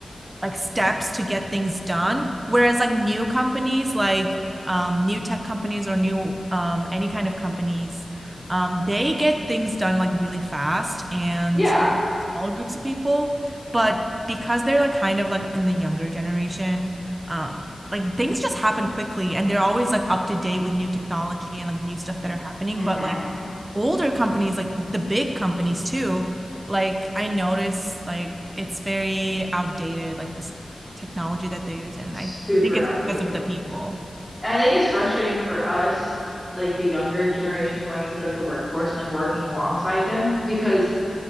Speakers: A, on the right (about 25°); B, in the centre.
A: like steps to get things done. Whereas like new companies, like um, new tech companies or new um, any kind of companies, um, they get things done like really fast and
B: Yeah.
A: like smaller groups of people. But because they're like kind of like in the younger generation, um, like things just happen quickly and they're always like up to date with new technology and like new stuff that are happening.
B: hmm
A: But like older companies, like the big companies too, like I notice like it's very outdated, like this technology that they use, and
B: It's
A: I
B: super
A: think it's
B: outdated.
A: because of the people.
B: And I think it's frustrating for us, like the younger generation going into like the workforce and like working alongside them because